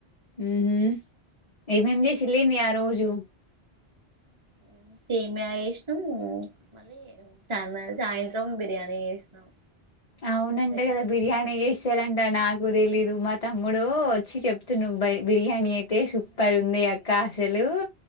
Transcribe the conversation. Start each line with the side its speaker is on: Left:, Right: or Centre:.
Left: మ్మ్ హ్మ్ యేమేం చేసిల్లేంది ఆ రోజు
Right: మ్మ్ సేమ్యా చేసినాం, మళ్ళీ చానా సాయంత్రం బిర్యానీ చేసినాం.
Left: అవునంట
Right: ఫ్రెండ్స్
Left: కదా
Right: వచ్చిరు
Left: బిర్యానీ చేస్తారంట నాకు నాకు తెలీదు మా తమ్ముడు వచ్చి చెప్తుండు నువ్వు బ బిర్యానీ అయితే సూపర్ ఉండే అక్క. అసలు